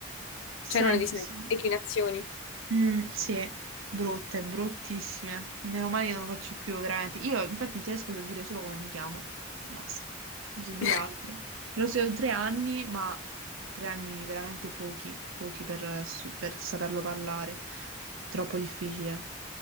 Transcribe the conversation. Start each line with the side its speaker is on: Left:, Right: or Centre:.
Right: senti,
Left: Cioè non ne dis-
Right: sì.
Left: declinazioni.
Right: Mm, sì, brutte, bruttissime. Meno male che non lo faccio più, veramente. Io, infatti, in tedesco so dire solo come mi chiamo. Basta, non so dire
Left: <laughs>
Right: altro. L'ho studiato tre anni, ma tre anni veramente pochi, pochi per, su- per saperlo parlare. Troppo difficile.